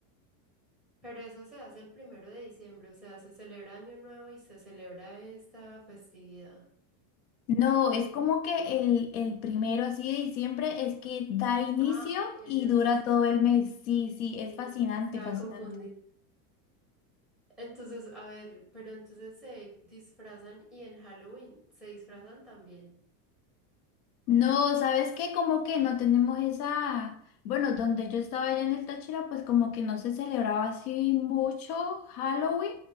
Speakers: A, in the centre; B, on the left (about 65°).
A: Pero eso se hace el primero de diciembre, o sea, se celebra Año Nuevo y se celebra esta festividad.
B: No, es como que el, el primero así de diciembre es que da inicio
A: Ah, ya, ya,
B: y
A: ya.
B: dura
A: Sí,
B: todo el mes. Sí, sí, es
A: sí,
B: fascinante,
A: estaba
B: fascinante.
A: confundida. Entonces, a ver, pero entonces se disfrazan y en Halloween se disfrazan también.
B: No, ¿sabes qué? Como que no tenemos esa, bueno, donde yo estaba allá en el Táchira, pues como que no se celebraba así mucho Halloween,